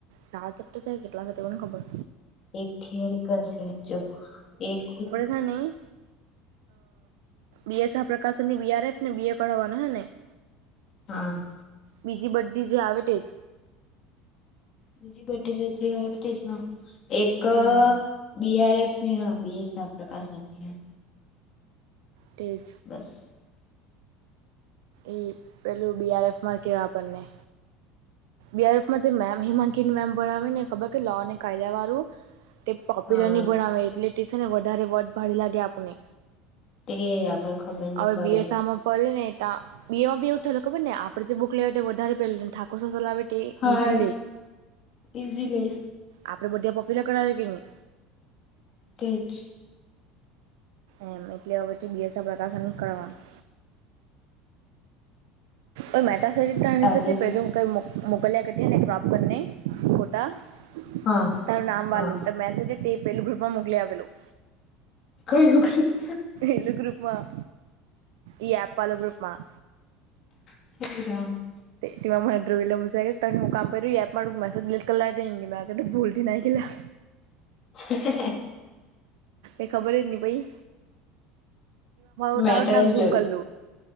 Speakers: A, on the right; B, on the left.
A: ચાર ચટું થાય કેટલા થને ખબર
B: એક થિયરિકલ છે જો એક
A: હા નહી બીએસ આા પ્રકાશનની બીઆર એફ ને બી એ કરાવવાનો હે હીં
B: હા
A: બીજી બધી જે આવે તે જ
B: બીજી બધી રચ એ છે એક
A: હમ
B: બીઆરફની હા બીએસ પ્રકાશનની
A: તેજ
B: બસ
A: એ પેલું બીઆરએફમાં કહેવા આપણને બીઆરફમાં મેમ હિમાંકીની મેમ ભણાવી ને ખબર લો ને કાયદા વાળું તે પોપ્યુલર
B: હા
A: નહીં ભણાવે એટલે તે છે ને વધારે વોટ ભાડે લાગે આપને
B: તે આપણ ખબર નહી
A: હવે
B: પડે
A: બીએસમાં પ ને ત બે માં બે એવું થેું ખબર ને આપડ જે બુક લેવા વધારે પે ઠાકોર સલાવે તે
B: હા
A: ઈઝીલીઈ
B: ઈઝીલી
A: આપડે બધા પોપ્યુલર કરાવી કે નહી
B: કે જ
A: એમ એટલે વવેતે બીએસ પ્રકાશન કરવાનું. <unintelligible>
B: આજે હા
A: તારું નામ
B: હા
A: વાલું મેસેજ તે પેલું ગ્રુપમાં મોકલી આવેલું.
B: <unintelligible>
A: એલુ ગ્રૂપમાં એ આપાલ ગ્રૂપમાં
B: <inaudible>
A: તેવા મનેુંલે મજ તને હું કામ કર એપમાં મ મેસેજિલીટ કરલાંગ મે આ બ ભલ લા
B: <inaudible>
A: એ ખબર જ નની પાઈ તે
B: મેં
A: તારું
B: તો
A: જ નામ
B: હજી
A: ઝૂમ કરલું